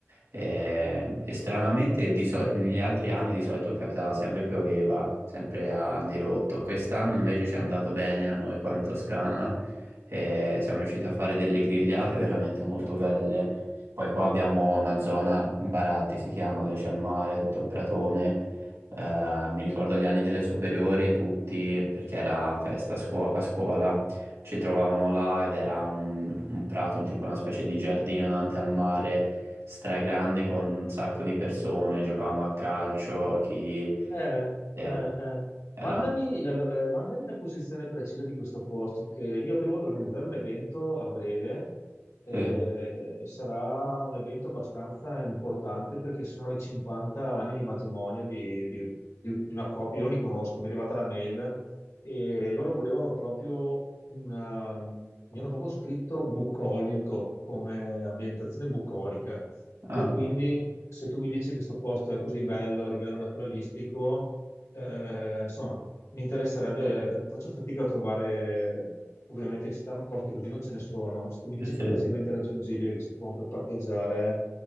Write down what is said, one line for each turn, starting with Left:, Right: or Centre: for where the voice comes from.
Right: Eh, e stranamente di soli- negli altri anni di solito capitava sempre pioveva, sempre a dirotto. Quest'anno invece ci è andato bene a noi qua in Toscana e siamo riusciti a fare delle grigliate veramente molto belle. Poi qua abbiamo una zona, Baratti si chiama, dove c'è il mare, tutto il pratone. Eh, mi ricordo gli anni delle superiori, tutti, perché era festa a scuo- a scuola, ci trovavamo là ed era un, un prato, un tipo una specie di giardino davanti al mare stragrande con un sacco di persone, giocavamo a calcio, chi...
Left: Eh,
Right: eh,
Left: eh, eh.
Right: era...
Left: Mandami la, lo- eh, mandami la posizione precisa di questo posto, che io devo organizzare un evento a breve eh,
Right: Sì.
Left: e sarà un evento abbastanza importante perché sono i 50 anni di matrimonio di, di- di un- di una coppia, io non li conosco, mi è arrivata la mail e loro volevano proprio una, mi hanno proprio scritto bucolico come ambientazione bucolica.
Right: Ah,
Left: E quindi se tu mi dici che questo posto è così bello a livello naturalistico, eh, insomma, mi interesserebbe perché faccio fatica a trovare, ovviamente in città posti così non ce ne sono. Se tu mi dici
Right: sì, sì,
Left: che è facilmente raggiungibile, che si può anche parcheggiare,